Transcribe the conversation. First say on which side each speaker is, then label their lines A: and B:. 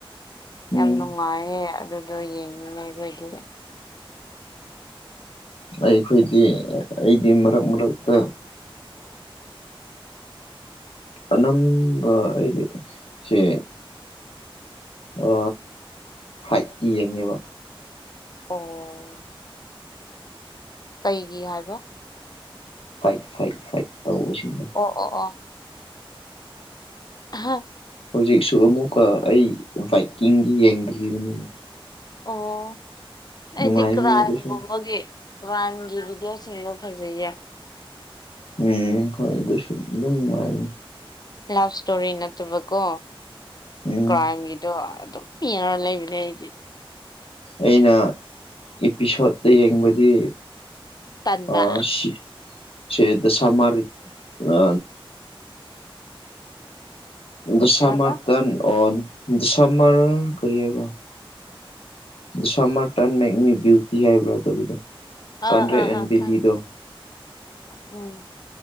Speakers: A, on the left; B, on the left.
A: ꯎꯝ
B: ꯌꯥꯝ ꯅꯨꯡꯉꯥꯏꯌꯦ ꯑꯗꯨꯗꯣ ꯌꯦꯡꯅꯤꯡꯉꯦ ꯑꯩꯈꯣꯏꯗꯤ
A: ꯑꯩꯈꯣꯏꯗꯤ ꯑꯩꯗꯤ ꯃꯔꯛ ꯃꯔꯛꯇ ꯑꯅꯝꯕ ꯑꯩꯗꯤ ꯆꯦ ꯑ ꯐꯥ꯭ꯏꯠꯀꯤ ꯌꯦꯡꯉꯦꯕ
B: ꯑꯣ ꯀꯩꯒꯤ ꯍꯥꯏꯕ
A: ꯐꯥꯏꯠ ꯐꯥꯏꯠ ꯐꯥꯏꯠ ꯇꯧꯕꯁꯤꯡꯗꯣ
B: ꯑꯣ ꯑꯣ ꯑꯣ ꯍꯍ <inaudible> <unintelligible>
A: ꯍꯧꯖꯤꯛꯁꯨ ꯑꯃꯨꯛꯀ ꯑꯩ ꯕꯥꯏꯛꯀꯤꯡꯗꯤ ꯌꯦꯡꯗ꯭ꯔꯤꯕꯅꯤꯅꯦ
B: ꯑꯣ ꯑꯩꯗꯤ
A: ꯅꯨꯡꯉꯥꯏꯕꯅꯦ
B: ꯀ꯭ꯔꯥꯝꯒꯕꯒꯦ
A: ꯑꯗꯨꯁꯨ
B: ꯀꯔꯥꯏꯝꯒꯤ ꯚꯤꯗꯤꯑꯣꯁꯤꯡꯗꯣ ꯐꯖꯩꯌꯦ
A: ꯎꯝ ꯍꯣꯏ ꯑꯗꯨꯁꯨ ꯑꯗꯨꯝ ꯅꯨꯡꯉꯥꯏꯔꯅꯤ
B: ꯂꯥꯢꯐ ꯏꯁꯇꯣꯔꯤ ꯅꯠꯇꯕꯀꯣ
A: ꯎꯝ
B: ꯀ꯭ꯔꯥꯏꯝꯒꯤꯗꯣ ꯑꯗꯨꯝ ꯄꯤꯍꯔ ꯂꯩꯕꯤ ꯂꯩꯗꯤ
A: ꯑꯩꯅ ꯏꯄꯤꯁꯣꯠꯇ ꯌꯦꯡꯕꯗꯤ
B: ꯇꯟꯕ
A: ꯑ ꯁꯤ <inaudible> ꯁꯤꯗ ꯁꯃꯥꯔꯤꯛ ꯑ ꯗꯁꯥ
B: ꯀꯩ ꯍꯥꯏꯕ
A: ꯃꯔꯇ ꯑꯣ ꯗꯣꯁꯥ ꯃꯔ ꯀꯔꯤ ꯍꯥꯏꯕ ꯁꯝꯃꯔꯇꯟ ꯃꯦꯛꯃꯤ ꯕ꯭ꯌꯨꯇꯤ ꯍꯥꯏꯕ꯭ꯔꯥ ꯇꯒꯤꯗꯣ
B: ꯑꯥ
A: ꯀꯟꯗ꯭ꯔꯦꯛ
B: ꯑꯥ
A: ꯑꯦꯟ
B: ꯑꯥ
A: ꯚꯦꯂꯤꯗꯣ
B: ꯈꯪ
A: <inaudible>
B: ꯎꯝ